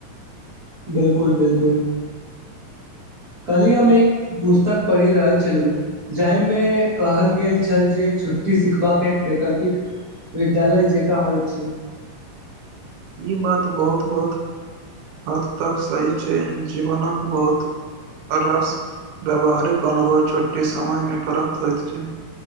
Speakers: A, on the right; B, on the right.
A: बिल्कुल बिलकुल कालि ह हम एक पुस्तक पढ़ि रहल छलहुँ जाहिमे कहल गेल छल जे छुट्टी बितयबाख सिखबाक एक वैकल्पिक विद्यालय जेका होइ छै
B: ई बात बहुत बहुत हद तक सही छै जीवनक बहुत अरास व्यावहारिक अनुभव छोट्टी समयमे प्राप्त होइत छै